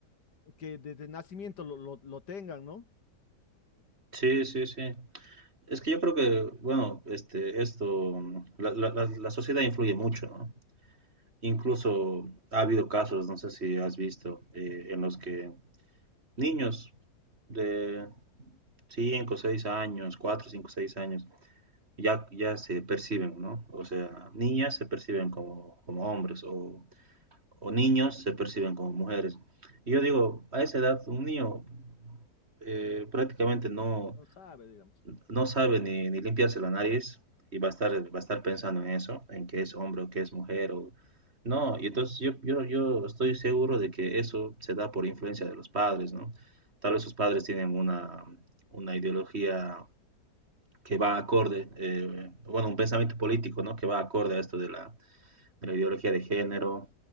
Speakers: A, on the left; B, on the right.
A: que desde nacimiento lo, lo, lo tengan, ¿no?
B: Sí, sí, sí. Es que yo creo que, bueno, este, esto, la, la, la- la sociedad influye mucho, ¿no? Incluso ha habido casos, no sé si has visto, eh, en los que niños de 5 6 años, 4 5 6 años, ya, ya se perciben, ¿no? O sea, niñas se perciben como, como hombres o, o niños se perciben como mujeres. Y yo digo, a esa edad un niño eh, prácticamente no,
A: No sabe, digamos.
B: no sabe ni, ni, limpiarse la nariz y va a, estar, va a estar pensando en eso, en que es hombre o que es mujer. O... No, y entonces yo, yo, yo estoy seguro de que eso se da por influencia de los padres, ¿no? Tal vez sus padres tienen una, una ideología que va acorde, eh, bueno, un pensamiento político, ¿no? Que va acorde a esto de la, de la ideología de género,